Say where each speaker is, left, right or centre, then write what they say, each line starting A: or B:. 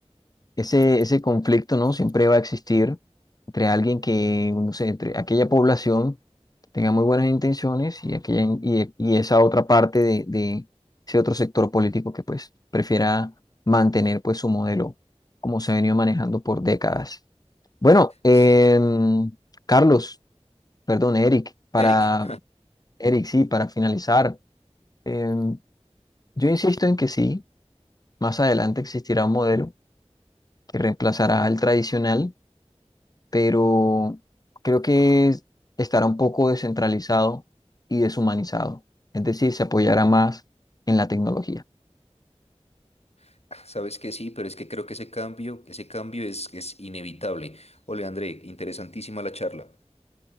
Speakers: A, on the left; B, on the left.
A: ese, ese conflicto, ¿no? Siempre va a existir entre alguien que, no sé, entre aquella población que tenga muy buenas intenciones y, aquella, y, y esa otra parte de, de ese otro sector político que pues prefiera mantener pues su modelo como se ha venido manejando por décadas. Bueno, em,
B: S-
A: Carlos, perdón, Eric, para
B: Eric,
A: Eric, sí, para finalizar, em, yo insisto en que sí, más adelante existirá un modelo que reemplazará al tradicional, pero creo que es- estará un poco descentralizado y deshumanizado. Es decir, se apoyará más en la tecnología.
B: <laughs> sabes que sí, pero es que creo que ese cambio, ese cambio es, es inevitable. Ole, André, interesantísima la charla,